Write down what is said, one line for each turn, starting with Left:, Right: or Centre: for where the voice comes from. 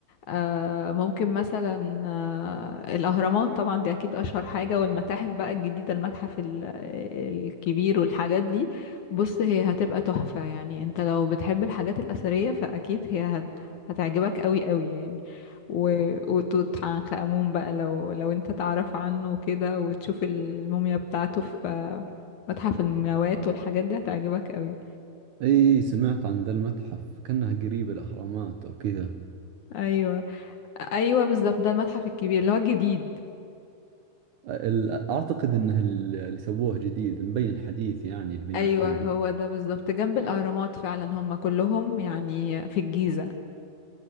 Left: آه ممكن مثلا آه الأهرامات طبعا دي أكيد أشهر حاجة والمتاحف بقى الجديدة المتحف ال- الكبير والحاجات دي بص هي هتبقى تحفة يعني انت لو بتحب الحاجات الأثرية فأكيد هي هت هتعجبك قوي قوي يعني و- وتوت عنخ آمون بقى لو لو انت تعرف عنه كده وتشوف الموميا بتاعته في آه، متحف المومياوات والحاجات دي هتعجبك قوي
Right: اي سمعت عن ذا المتحف كأنه قريب الاهرامات او كذا
Left: ايوه ايوه بالظبط ده المتحف الكبير اللي هو الجديد
Right: ال- اعتقد انه ال- اللي سووه جديد مبين حديث يعني البناء
Left: ايوه
Right: حقه
Left: هو ده بالظبط جنب الاهرامات فعلا هم كلهم يعني في الجيزه